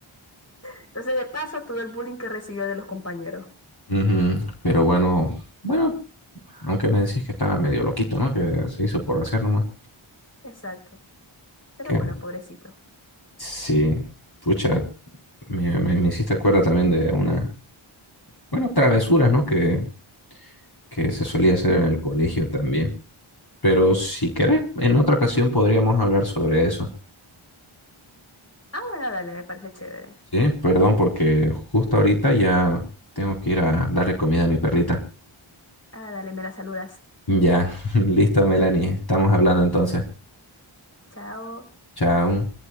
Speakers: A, on the left; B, on the left.
A: Entonces, de paso, todo el bullying que recibió de los compañeros.
B: Ujú, Pero bueno, bueno, aunque me decís que estaba medio loquito, ¿no? Que se hizo por hacer nomás.
A: Exacto. Pero
B: ¿Qué
A: bueno, pobrecito.
B: Sí, pucha, me, me, me hiciste acuerdo también de una, bueno, travesuras, ¿no? Que, que se solía hacer en el colegio también. Pero si querés, en otra ocasión podríamos hablar sobre eso.
A: Ah, bueno, dale, me parece chévere.
B: Sí, perdón, porque justo ahorita ya tengo que ir a darle comida a mi perrita.
A: Ah, dale, me la saludas.
B: Ya, <laughs> listo, Melanie, estamos hablando entonces.
A: Chao.
B: Chao.